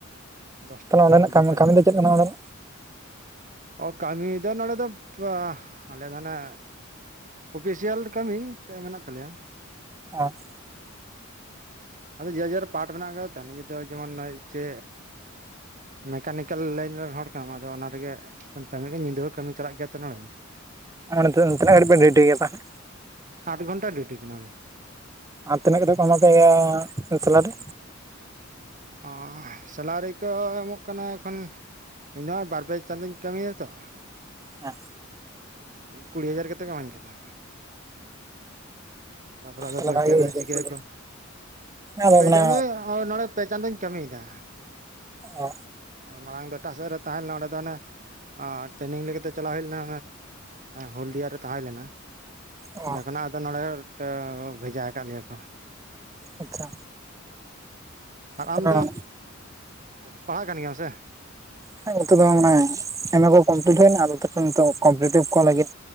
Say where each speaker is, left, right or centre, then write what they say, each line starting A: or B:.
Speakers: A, on the right; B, on the right.
A: ᱫᱚᱥᱴᱟ
B: ᱛᱟᱦᱞᱮ
A: ᱠᱷᱚᱱᱟᱜ
B: ᱚᱸᱰᱮᱱᱟᱜ
A: ᱫᱩᱴᱟ
B: ᱠᱟᱹᱢᱤ
A: ᱫᱷᱟᱹᱵᱤᱡ
B: ᱫᱚ ᱪᱮᱫ ᱠᱟᱱᱟ ᱚᱸᱰᱮᱱᱟᱜ
A: ᱚ ᱠᱟᱹᱢᱤ ᱫᱚ ᱱᱚᱰᱮ ᱫᱚ ᱟᱞᱮ ᱫᱚ ᱚᱱᱮ ᱚᱯᱷᱤᱥᱤᱭᱟᱞ ᱠᱟᱹᱢᱤ ᱢᱮᱱᱟᱜ ᱛᱟᱞᱮᱭᱟ
B: ᱟᱨ <unintelligible>
A: ᱟᱫᱚ ᱡᱮ ᱡᱟᱨ ᱯᱟᱴ ᱢᱮᱱᱟᱜ ᱠᱟᱫᱟ ᱛᱚ ᱱᱤᱡᱮ ᱫᱚ ᱡᱮᱢᱚᱱ ᱱᱚᱼ ᱪᱮ ᱢᱮᱠᱟᱱᱤᱠᱮᱞ ᱞᱟᱭᱤᱱ ᱨᱮᱱ ᱦᱚᱲ ᱠᱟᱱᱟᱢ ᱟᱫᱚ ᱚᱱᱟ ᱨᱮᱜᱮ ᱠᱟᱹᱢᱤ ᱜᱮ ᱧᱤᱫᱟᱹ ᱦᱚᱸ ᱠᱟᱹᱢᱤ ᱪᱟᱞᱟᱜ ᱜᱮᱭᱟ ᱛᱚ ᱱᱚᱰᱮ
B: ᱟᱨ ᱛᱤᱱᱟᱹᱜᱷᱟᱹᱲᱤᱡ ᱵᱮᱱ ᱨᱮᱰᱤ ᱜᱮᱭᱟ ᱛᱟᱦᱚᱞᱮ
A: ᱟᱴ ᱜᱷᱚᱱᱴᱟ ᱰᱤᱭᱩᱴᱤ ᱠᱟᱱᱟ
B: ᱟᱨ ᱛᱤᱱᱟᱹᱜ ᱠᱟᱛᱮ ᱠᱚ ᱮᱢᱟ ᱯᱮᱭᱟ ᱥᱮᱞᱟᱨᱮ
A: ᱚ ᱥᱮᱞᱟᱨᱤ ᱠᱚ ᱮᱢᱚᱜ ᱠᱟᱱᱟ ᱮᱠᱷᱚᱱ ᱤᱧ ᱱᱚᱜᱚᱭ ᱵᱟᱨ ᱯᱡᱮ ᱪᱟᱸᱫᱳ ᱠᱟᱹᱢᱤᱭ ᱫᱟᱛᱚ
B: ᱦᱮᱸ
A: ᱠᱩᱲᱤ ᱦᱟᱡᱟᱨ ᱠᱟᱛᱮᱫ ᱠᱚ ᱤᱢᱢᱟᱧ ᱠᱟᱱᱟ ᱛᱟᱨᱯᱚᱨᱮ ᱟᱫᱚ
B: ᱛᱟᱦᱚᱞᱮ
A: ᱵᱟᱹᱲᱛᱤ
B: ᱵᱷᱟᱜᱮ
A: ᱟᱹᱠᱚ ᱥᱮ
B: ᱜᱮ
A: ᱪᱤᱠᱟᱹᱠᱚ ᱠᱚ
B: ᱟᱫᱚ
A: ᱯᱮ
B: ᱢᱟᱱᱮ
A: ᱪᱟᱸᱫᱚ ᱱᱚᱰᱮ ᱯᱮ ᱪᱟᱸᱫᱚ ᱤᱧ ᱠᱟᱹᱢᱤᱭᱮᱫᱟ
B: ᱚ
A: ᱟᱨ ᱢᱟᱲᱟᱝ ᱫᱚ ᱮᱴᱟᱥᱮᱫ ᱨᱮ ᱛᱟᱦᱮᱸ ᱞᱮᱱᱟ ᱚᱸᱰᱮ ᱫᱚ ᱚᱱᱮ ᱟᱨ ᱴᱨᱮᱱᱤᱝ ᱞᱮᱠᱟᱛᱮ ᱪᱟᱞᱟᱣ ᱦᱩᱭ ᱞᱮᱱᱟ ᱦᱳᱞᱫᱤᱭᱟ ᱛᱟᱦᱮᱸ ᱞᱮᱱᱟ
B: ᱚ
A: ᱚᱸᱰᱮ ᱠᱷᱚᱱᱟᱜ ᱟᱫᱚ ᱱᱚᱰᱮ ᱵᱷᱮᱡᱟ ᱠᱟᱜ ᱞᱮᱭᱟ ᱠᱚ
B: ᱟᱪᱪᱷᱟ
A: ᱟᱨ ᱟᱢ
B: ᱛᱟᱦᱚᱞᱮ
A: ᱫᱚ ᱯᱟᱲᱦᱟᱜ ᱠᱟᱱ ᱜᱮᱭᱟᱢ ᱥᱮ
B: ᱦᱮᱸ ᱱᱠᱩ ᱫᱚ ᱢᱟᱱᱮ <unintelligible> ᱮᱢᱮ ᱠᱚ ᱠᱚᱢᱯᱤᱞᱤᱴ ᱦᱩᱭᱱᱟ ᱟᱫᱚ ᱛᱚᱠᱷᱚᱱ ᱱᱤᱛᱚᱜ ᱠᱚᱢᱯᱤᱴᱤᱵ ᱠᱚ ᱞᱟᱹᱜᱤᱫ